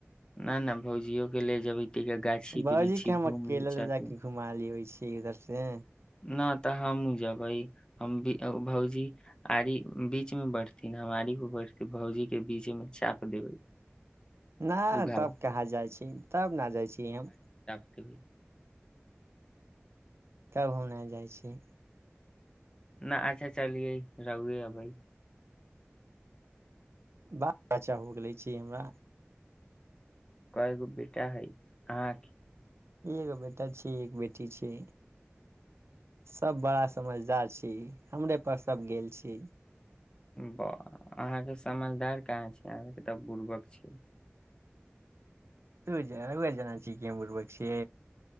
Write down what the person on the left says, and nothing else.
नहि नहि भौजियो के ले जेबै त गाछी
वृक्षी
घूम
छथिन
न तऽ हमूँ जेबै हम भौजी आरी बीच मे बैठथिन हम आरी पर बैठे भउजी के बीच मे चाप देबै
उघार
कभी
न अच्छा चलिय रहुए भइ
कगो बेटा हइ अहाँके
ब अहाँके समझदार कहाँ छै अहाँके तऽ बुरबक छी